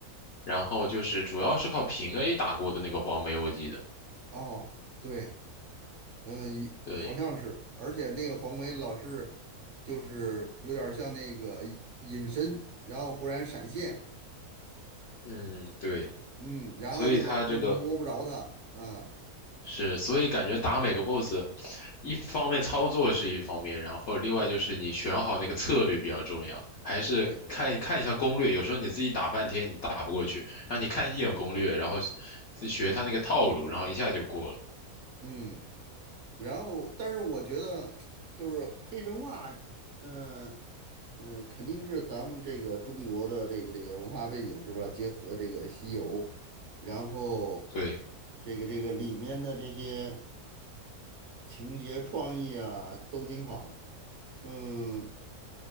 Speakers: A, on the left (about 60°); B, on the right (about 55°).
A: 然后就是主要是靠平 A 打过的那个黄梅，我记得。
B: 哦，对，嗯、一好像是，
A: 对，
B: 而且那个黄梅老是就是有点儿像那个隐身，然后忽然闪现，
A: 嗯，对，
B: 嗯，然后就老是摸不着他，
A: 所以他这个。
B: 嗯，
A: 是，所以感觉打每个 BOSS，一方面操作是一方面，然后另外就是你选好那个策略比较重要，还是看看一下攻略。
B: 对，
A: 有时候你自己打半天你打不过去，然后你看一眼攻略，然后自学他那个套路，然后一下就过了。
B: 嗯。然后，但是我觉得就是黑神话，嗯、呃嗯、呃肯定是咱们这个中国的这个这个文化背景是吧？结合这个西游，然后
A: 对，
B: 这个这个里面的这些情节创意啊都挺好，嗯，